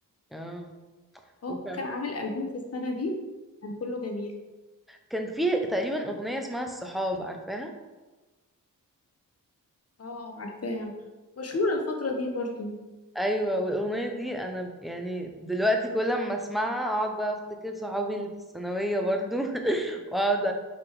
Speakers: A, in the centre; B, on the left.
A: اه
B: هو
A: وكان
B: كان عامل ألبوم في السنة دي كان كله جميل
A: كان في تقريبا أغنية اسمها الصحاب عارفاها؟
B: اه عارفاها مشهورة الفترة دي برضو
A: أيوة والأغنية دي أنا ب- يعني دلوقتي كل ما أسمعها أقعد بقى أفتكر صحابي اللي في الثانوية برضو <laughs> واقعد